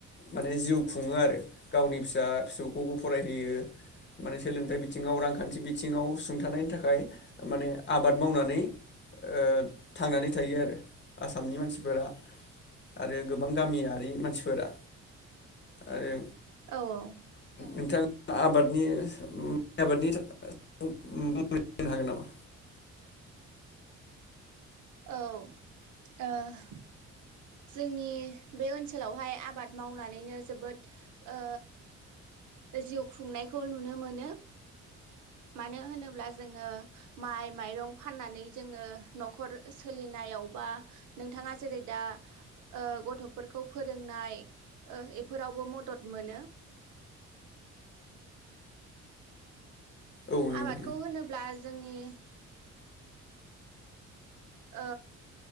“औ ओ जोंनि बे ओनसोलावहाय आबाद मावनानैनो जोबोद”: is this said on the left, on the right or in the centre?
Right